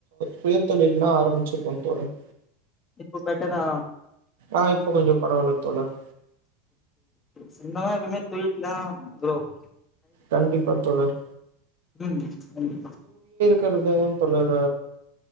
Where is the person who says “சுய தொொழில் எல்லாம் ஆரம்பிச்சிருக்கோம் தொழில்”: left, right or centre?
Right